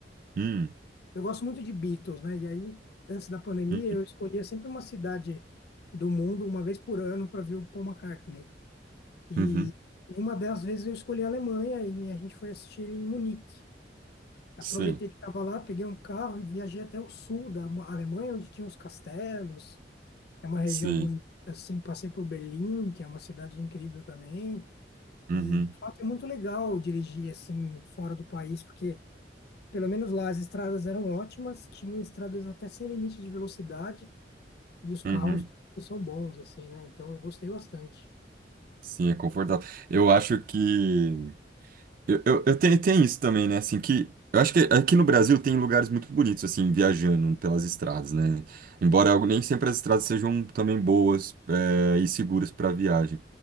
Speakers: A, on the right; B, on the left.
A: hum,
B: Eu gosto muito de Beatles, né? E aí, antes da pandemia,
A: hum,
B: eu escolhia sempre uma cidade do mundo, uma vez por ano, para ver o Paul McCartney. E,
A: uhum.
B: e uma das vezes eu escolhi a Alemanha e a gente foi assistir em Munique. Aproveitei
A: Sim,
B: que estava lá, peguei um carro e viajei até o sul da Mo- Alemanha, onde tinha os castelos. É uma região
A: sim.
B: bonita, assim. Passei por Berlim, que é uma cidade incrível também.
A: Uhum,
B: E, de fato, é muito legal dirigir, assim, fora do país, porque, pelo menos lá, as estradas eram ótimas, tinham estradas até sem limite de velocidade, e os carros
A: uhum.
B: são bons, assim, né? Então, eu gostei bastante.
A: Sim, é confortável. Eu acho que. Eu, eu, eu tenho, tem isso também, né? Assim, que eu acho que aqui no Brasil tem lugares muito bonitos, assim, viajando pelas estradas, né? Embora algo- nem sempre as estradas sejam também boas, é, e seguras para viagem.